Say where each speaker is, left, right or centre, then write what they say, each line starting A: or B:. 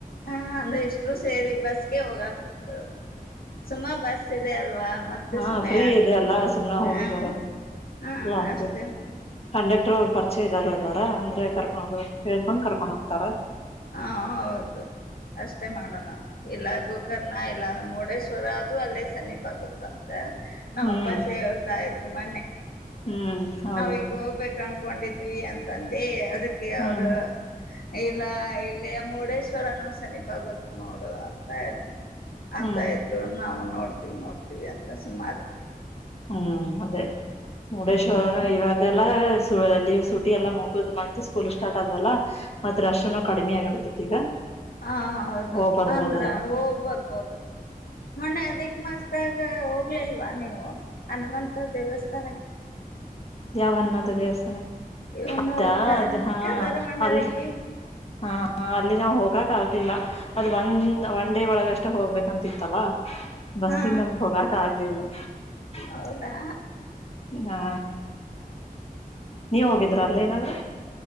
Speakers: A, on the left; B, on the left.
A: ಹಾ ಅಂದ್ರ್ ಇಷ್ಟ್ರು ಸೇರಿ ಬಸ್ಗೆ ಹೋಗಾಕ್ಬರ್ತದ್ ಸುಮಾರ್ ಬಸ್ ಇದೆ ಅಲ್ವಾ. ಮತ್ತೆ
B: ಹಾಂ
A: ಸುಮ
B: ಫ್ರೀ
A: ಯಾಕೆ
B: ಇದೆ ಅಲ್ಲ ಸುಮ್ನೆ ಹೊಗ್
A: ಹಾ
B: ಬರೋದು
A: ಹಾ
B: <inaudible>
A: ಅಷ್ಟೇ ಮಾಡು
B: ಕಂಡಕ್ ಟ್ರ್ ಪರ್ಚಯದ್ದಾರ್ ಅದಾರ ಅಂದ್ರೆ ಕರ್ಕೊಂಡ್ ಹೇಳ್ಕೊಂಡ್ ಕರ್ಕೊಂಡ್ಹೋಗ್ತಾರ್.
A: ಹ್ಮ್ಂ ಹೌದು. ಅಷ್ಟೇ ಮಾಡೊಣಂತ್ ಇಲ್ಲ ಗೋಕರ್ಣ ಇಲ್ಲ ಮುರ್ಡೇಶ್ವರ ಅದು ಅಲ್ಲೇ ಸಮೀಪ್ ಆಗುತ್ತಂತ. ನಮ್ಮಪ್ಪಾ
B: ಹ್ಮ್
A: ಚೆ ಹೇಳ್ತಾ ಇದ್ರು ಮನ್ನೆ
B: ಹ್ಮ್ ಹೌದು
A: ನಾವ್ ಹಿಂಗ್ ಹೋಗ್ಬೇಕನ್ ಹಕೊಂಡಿದ್ವಿ ಅಂತಂದೆ ಕ್ಕೆ
B: ಹ್ಮ್
A: ಅವರ್ ಇಲ್ಲ ಇಲ್ಲಿಯ್ ಮುರುಡೇಶ್ವರನ ಸಮನೀಪ್ ಗೊತ್ ನೋಡ್ ಅಂತ ಅಂತ
B: ಹ್ಮ್
A: ಇದ್ರು ನಾವು ನೋಡ್ ನೋಡ್ತವಿ ನೋಡ್ತೀವಿ ಅಂತ್ ಸುಮ್ಮದೇ.
B: ಹ್ಮ್ ಅದೇ. ಮುಡೇಶ್ವರನು
A: ಹ್ಮ್
B: ಇವಾಗೆಲ್ಲಾ ಅಲ್ಲಿ ಸುಟಿ ಎಲ್ಲ ಮುಗುದ್ ಮತ್ತೆ ಸ್ಕೂಲ್ ಸ್ಟಾರ್ಟ್ ಆದವಲ್ಲ ಮತ್ತ ರಶ್ನು ಕಡಿಮೆ ಆಗಿರ್ತತಿ ಈಗ.
A: ಹಾ ಹೌದು
B: ಹೋಗ್ ಬರ್ಬೋದಾರ
A: ಅಂದ್ರೆ ಹೋಗ್ಬರ್ಬೋದು ಮೊಣೆ ಅದಕ್ ಮಸ್ತ್ ಆ ಆ ಹೋಗ್ಲಿಲ್ವಾ ನೀವು. ಹನುಮಂತ ದೇವಸ್ಥಾನಕ್ಕೆ
B: ಯಾವ್ ಹನುಮತ ದೇವಸ್ಥಾನ
A: ಇವು
B: ಅದ
A: ಮೂರು ಕ
B: ಅದ್ ಹಾ
A: ಕದರ ಮಂಡಳಿಗೆ
B: ಅಲ್ಲಿ ಹ ಅಲ್ಲಿ ನಾವವು ಹೋಗಕ್ ಆ ಇಲ್ಲ ಅದು ಒಂದ್ ಒನ್ ಡೇ ಒಳಗೆ ಅಷ್ಟೆ ಹೋಗ್ಬೇಕಂತಿತ್ತಲ್ಲಾ. <inaudible> ಬಸ್ಸಿನ್
A: ಹಾ
B: ನಮಗ್ ಹೋಗಕ್ ಆಗ್ಲಿಲ್ಲ.
A: ಹೌದಾ
B: <inaudible> ಹಾ ನೀವ್ ಹೋಗಿದ್ರ ಅಲ್ಲಿ ಏನಾದ್ರ್